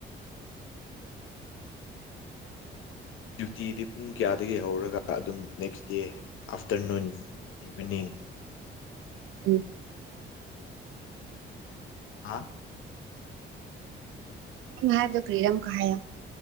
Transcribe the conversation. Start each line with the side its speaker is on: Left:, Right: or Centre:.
Left: ꯗ꯭ꯌꯨꯇꯤꯗꯤ ꯄꯨꯡ ꯀꯌꯥꯗꯒꯤ ꯍꯧꯔꯒ ꯑꯗꯨꯝ ꯅꯦꯛꯁ ꯗꯦ ꯑꯥꯐꯇꯔꯅꯨꯟ ꯏꯚꯤꯅꯤꯡ <inaudible>
Right: ꯑꯝ
Left: ꯍꯥ
Right: ꯅꯪ ꯍꯥꯢꯕꯗꯣ ꯀꯔꯤꯔ ꯑꯃꯨꯛꯀ ꯍꯥꯢꯌꯣ